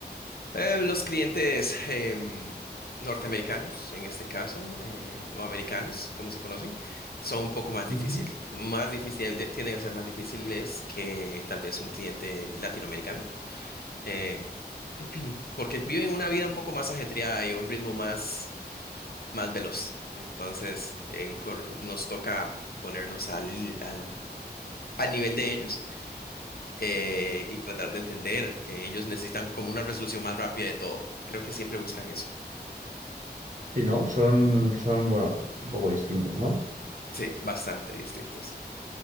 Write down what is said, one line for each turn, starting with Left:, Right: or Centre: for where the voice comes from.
Left: Eh, los clientes em, norteamericanos, en este caso, eh, o americanos, como se conocen, son un poco más difícil,
Right: Ujú.
Left: más difícil, de- tienden a ser más difíciles que tal vez un cliente latinoamericano. Eh, <clears throat> porque viven una vida un poco más ajetreada y a un ritmo más, más veloz. Entonces, eh, cor- nos toca ponernos al, al, al nivel de ellos eh, y tratar de entender que ellos necesitan como una resolución más rápida de todo. Creo que siempre buscan eso.
Right: Si no, son, son, bueno, es un poco distintos, ¿no?
Left: Sí, bastante distintos.